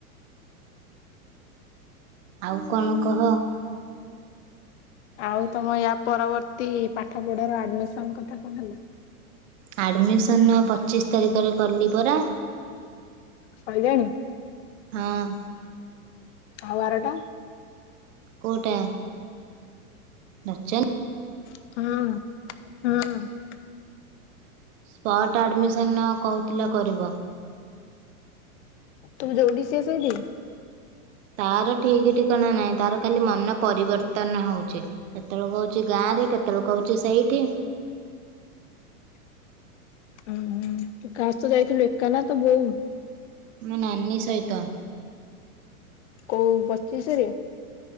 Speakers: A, on the right (about 55°); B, on the left (about 50°).
A: ଆଉ କଣ କହ?
B: ଆଉ ତମ ୟା ପରବର୍ତ୍ତୀ ପାଠ ପଢାର ଆଡମିସନ୍ କଥା କଣ ହେଲା?
A: ଆଡ଼ମିସନ୍ ପଚିଶି ତାରିଖରେ କଲି ପରା।
B: ସଇଲାଣି।
A: ହଁ।
B: ଆଉ ଆରଟା।
A: କୋଉଟା? ନଚ।
B: ହ- ହୁଁ।
A: ସ୍ପଟ୍ ଆଡମିସନ୍ ନ କହୁଥିଲା କରିବ।
B: ତୁ ଯୋଉଠି, ସିଏ ସେଇଠି?
A: ତାର ଠିକ୍ ଠିକଣା ନାହିଁ। ତାର ଖାଲି ମନ ପରିବର୍ତ୍ତନ ହଉଛି। କେତେବେଳେ କହୁଚି ଗାଁ ରେ କେତେବେଳେ କହୁଚି ସେଇଠି।
B: ଉଁ ତୁ କାହା ସହିତ ଯାଇଥିଲୁ। ଏକା ନା ତୋ ବୋଉ?
A: ମୋ ନାନୀ ସହିତ।
B: କୋଉ ପଚିଶରେ?